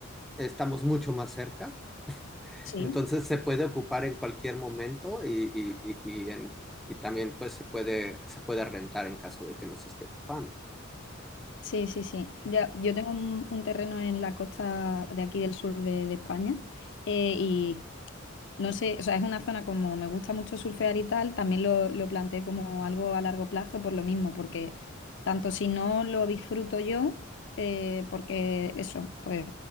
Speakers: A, in the centre; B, on the left (about 60°).
A: estamos mucho más cerca
B: Sí.
A: entonces se puede ocupar en cualquier momento y, y- y- y en- y también pues se puede, se puede rentar en caso de que no se esté ocupando, ¿no?
B: Sí, sí, sí. Ya, yo tengo un, un terreno en la costa de aquí del sur de, de España eh, y no sé, o sea, es una zona como me gusta mucho surfear y tal, también lo, lo planteé como algo a largo plazo por lo mismo, porque tanto si no lo disfruto yo, eh, porque eso, pues